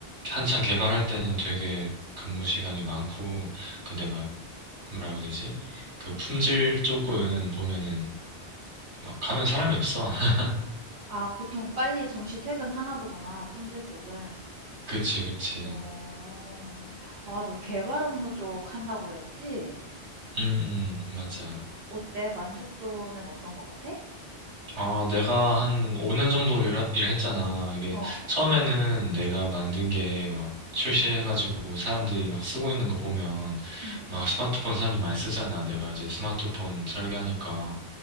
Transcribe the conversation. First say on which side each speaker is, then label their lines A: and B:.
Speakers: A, on the right; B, on the right.
A: 한창 개발할 때는 되게 근무 시간이 많고 근데 막 뭐라고 해야 되지? 그 품질 쪽은 보면은 막 가면 사람이 없어. <laughs>
B: 아, 보통 빨리 정시 퇴근하나 보구나, 품질 쪽은.
A: 그치, 그치.
B: 어, 아, 너 개발 업무 쪽 한다고 그랬지?
A: 응, 응, 맞아.
B: 어, 어때? 만족도는 어떤 것 같아?
A: 아, 내가 한 5년 정도 일, 일했잖아. 이게
B: 어,
A: 처음에는 내가 만든 게 막 출시해가지고 사람들이 막 쓰고 있는 거 보면
B: 음,
A: 막 스마트폰 사람들 많이 쓰잖아. 내가 이제 스마트폰 설계하니까.